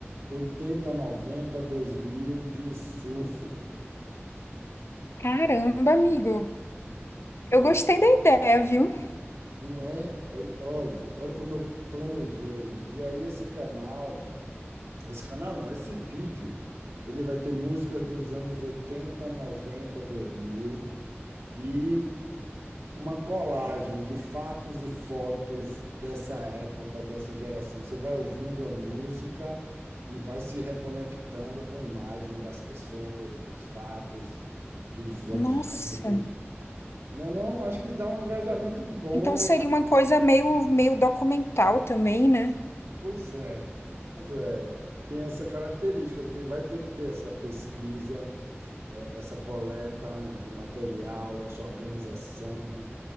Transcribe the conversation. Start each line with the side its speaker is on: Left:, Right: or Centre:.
Right: oitenta, noventa, dois mil de surf.
Left: caramba, amigo. Eu
Right: Então,
Left: gostei da ideia, viu?
Right: Não é? Olha, olha como eu planejei. E aí esse canal, esse canal não, esse vídeo, ele vai ter músicas dos anos oitenta, noventa, dois mil e uma colagem de fatos e fotos dessa época, dessa geração. Você vai ouvindo a música e vai se reconectando com a imagem das pessoas, dos fatos, dos objetos.
Left: Nossa.
Right: Não, é não, acho que dá um engajamento bom.
Left: Então seria uma coisa meio, meio documental também, né?
Right: Pois é. Pois é, tem essa característica, porque vai ter que ter essa pesquisa, eh, essa coleta de material, essa organização.